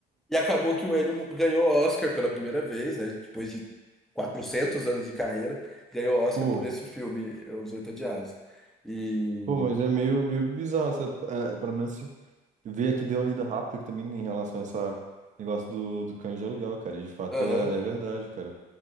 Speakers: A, in the centre; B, on the right.
A: E acabou que o Ennio ganhou o Oscar pela primeira vez, né? Depois de 400 anos de carreira, ganhou o Oscar
B: Pô,
A: por esse filme, Os Oito Odiados. E.
B: pô, mas é meio, meio bizarro, sabe? É, pelo menos se ver aqui deu uma lida rápida que também em relação a essa negócio do, do cães de aluguel, cara. E de fato
A: Aham.
B: é, é verdade, cara.